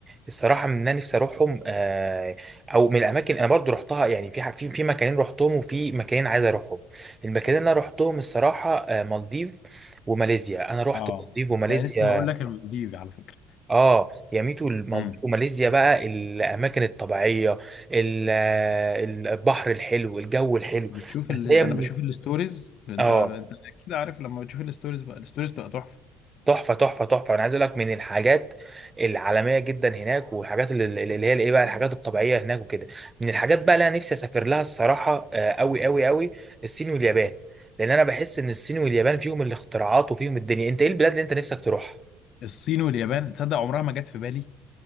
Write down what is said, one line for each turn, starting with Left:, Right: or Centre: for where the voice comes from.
Right: الصراحة من أنا نفسي أروحهم آه أو من الأماكن أنا برضو رحتها يعني في ح- في في مكانين رحتهم وفي مكانين عايز أروحهم المكانين اللي أنا رحتهم الصراحة آه مالديف وماليزيا أنا رحت
Left: اه
Right: مالديف وماليزيا
Left: انت لسه هقول لك المالديف على فكره
Right: اه يا ميتو المالديف
Left: امم
Right: وماليزيا بقى الاماكن الطبيعيه ال- ال- البحر الحلو الجو الحلو
Left: بتشوف اللي
Right: بس هي مش
Left: انا بشوف الستوريز انت
Right: اه
Left: انت اكيد عارف لما بتشوف الستوريز بقى الستوريز تبقى تحفه
Right: تحفه تحفه تحفه انا عايز اقول لك من الحاجات العالميه جدا هناك والحاجات اللي, اللي هي الايه بقى الحاجات الطبيعيه هناك وكده من الحاجات بقى اللي انا نفسي اسافر لها الصراحه آه، قوي قوي قوي الصين واليابان لان انا بحس ان الصين واليابان فيهم الاختراعات وفيهم الدنيا انت ايه البلاد اللي انت نفسك تروحها
Left: الصين واليابان تصدق عمرها ما جت في بالي